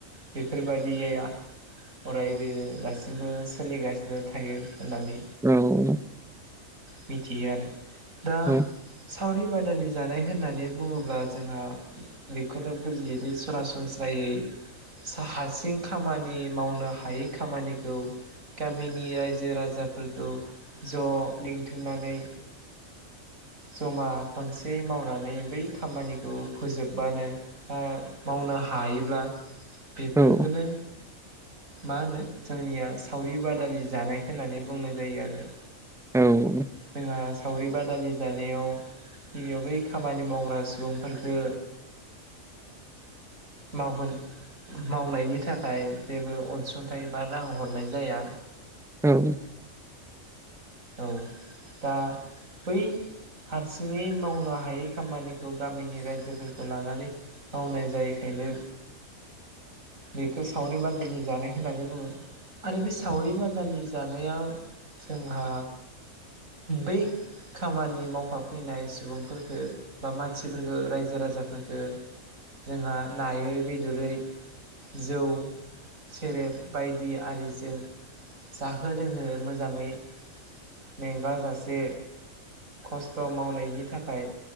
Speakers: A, on the right; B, in the centre.
A: बेफोरबायदि या आ अरायबो दासिमबो सोलिगासिनो थायो होननानै
B: औ
A: मिथियो आरो दा
B: औ
A: सावरि बादालि जानाय होननानै बुङोब्ला जोंहा बेखौनो बुजियोदि सरासनस्रायै सा-हासिं खामानि मावनो हायै खामानिखौ गामिनि रायजो राजाफोरखौ ज' लिंथुमनानै जमा खनसे मावनानै बै खामानिखौ फोजोबबानो ओ मावनो हायोब्ला बेफोरखौनो
B: औ
A: मा होनो जोंनिया सावरि बादालि जानाय होननानै बुंनाय जायो आरो।
B: औ
A: जोंहा सावरि बादालि जानायाव गिबियाव बै खामानि मावग्रा सुबुंफोरखो
B: <inaudible>
A: मावनायनि थाखाय नाथाय जेबो अनसुंथाइ बा रां हरनाय जाया
B: औ
A: औ बा बै हारसिङै मावनो हायै खामानिखौ गामिनि रायजोफोरखौ लानानै मावनाय जायैखायनो बेखौ सावरि बादालि जानाय होननानै बुङो आरो बे सावरि बादालि जानाया जोंहा बै खामानि मावफाफैनाय सुबुंफोरफोरखो बा मानसिफोरखो रायजो राजाफोरखो जोंहा नायै बेदरै जौ सेरेब बायदि आरिजों जाहो लोंहो मोजाङै मेंगाजासे खस्थ' मावनायनि थाखाय